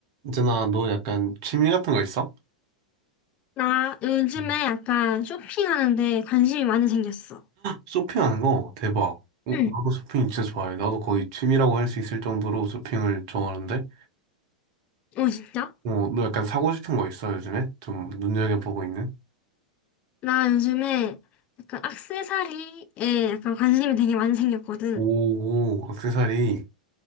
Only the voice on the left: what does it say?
나 요즘에
약간 쇼핑하는데 관심이 많이 생겼어.
응.
어, 진짜?
나 요즘에 약간 액세서리에 약간 관심이 되게 많이 생겼거든.